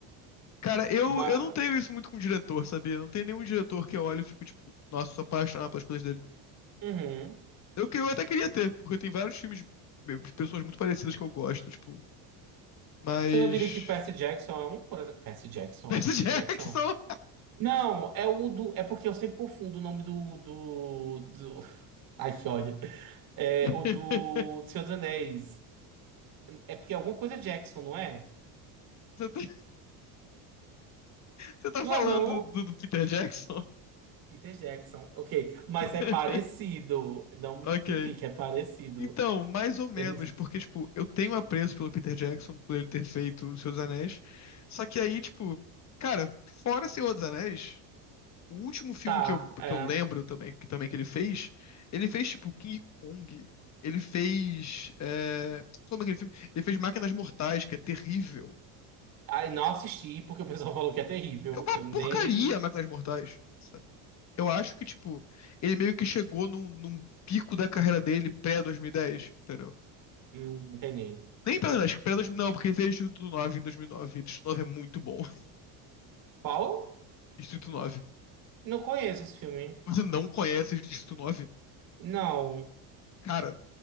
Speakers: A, on the left; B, on the right.
A: Cara, eu,
B: Mas,
A: eu não tenho isso muito com diretor, sabia? Não tem nenhum diretor que eu olho e fico, tipo, nossa, sou apaixonado pelas coisas dele.
B: uhum.
A: Eu, que- eu até queria ter, porque tem vários filmes de de pessoas muito parecidas que eu gosto, tipo. Mas.
B: Você não diria que Percy Jackson é um, por exemplo? Percy Jackson,
A: Percy
B: é Percy
A: Jackson!
B: Jackson? Não, é o do. É porque eu sempre confundo o nome do. do, do... <laughs> Ai, que ódio. É
A: <laughs>
B: o do, do Senhor dos Anéis. É porque é alguma coisa Jackson, não é?
A: Você tá, você tá
B: Não
A: falando
B: é não?
A: do, do Peter Jackson?
B: Peter Jackson, ok. Mas
A: <laughs>
B: é parecido. Não me
A: Ok.
B: critique, é parecido.
A: Então, mais ou menos,
B: Ele-
A: porque, tipo, eu tenho apreço pelo Peter Jackson, por ele ter feito Os Seus Anéis. Só que aí, tipo, cara, fora Senhor dos Anéis. O último filme
B: Tá,
A: que eu,
B: é.
A: que eu lembro também que, também que ele fez, ele fez tipo King Kong, ele fez. É... Como é aquele filme? Ele fez Máquinas Mortais, que é terrível.
B: Ai, não assisti porque o pessoal falou que é terrível.
A: É uma
B: Eu nem.
A: porcaria Máquinas Mortais, sabe? Eu acho que, tipo, ele meio que chegou num, num pico da carreira dele pré-2010, entendeu?
B: Hum, Não entendi.
A: Nem pré-2010, pré-2009, não, porque ele fez Distrito 9 em 2009. E nove. E Distrito 9 é muito bom. <laughs>
B: Qual?
A: Distrito 9.
B: Não conheço esse filme.
A: Você não conhece Distrito 9?
B: Não,
A: Cara,